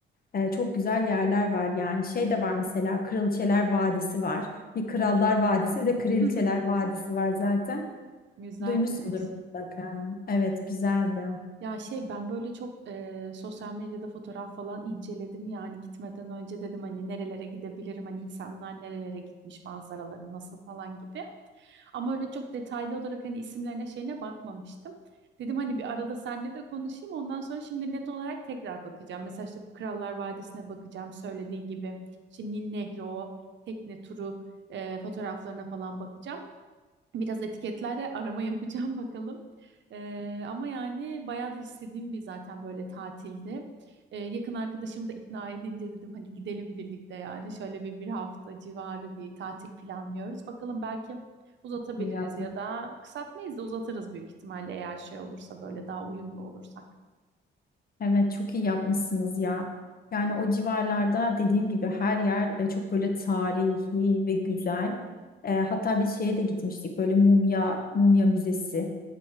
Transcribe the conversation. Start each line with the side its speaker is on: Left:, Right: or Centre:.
Left: E, çok güzel yerler var yani. Şey de var mesela Kraliçeler Vadisi var. Bir Krallar Vadisi bir de Kraliçeler
Right: <laughs>
Left: Vadisi var zaten.
Right: Güzelmiş.
Left: Duymuşsundur mutlaka. Evet, güzeldi.
Right: Ya şey ben böyle çok eee, sosyal medyada fotoğraf falan inceledim yani gitmeden önce dedim hani nerelere gidebilirim hani insanlar nerelere gitmiş manzaraları nasıl falan gibi. Ama öyle çok detaylı olarak hani isimlerine şeyine bakmamıştım. Dedim hani bir arada seninle de konuşayım ondan sonra şimdi net olarak tekrar bakacağım. Mesela işte bu Krallar Vadisi'ne bakacağım söylediğin gibi. Şimdi Nil Nehri o tekne turu eee, fotoğraflarına falan bakacağım. Biraz etiketlerde arama yapacağım bakalım. Ee, ama yani bayağı da istediğim bir zaten böyle tatildi. Ee, yakın arkadaşımı da ikna edince dedim hani gidelim birlikte yani. Şöyle bir bir hafta civarı bir tatil planlıyoruz. Bakalım belki uzatabiliriz
Left: İyi yapmış.
Right: ya da kısaltmayız da uzatırız büyük ihtimalle eğer şey olursa böyle daha uyumlu olursak.
Left: Evet, çok iyi yapmışsınız ya. Yani o civarlarda dediğim gibi her yer e, çok böyle tarihi ve güzel. E, hatta bir şeye de gitmiştik. Böyle mumya mumya müzesi.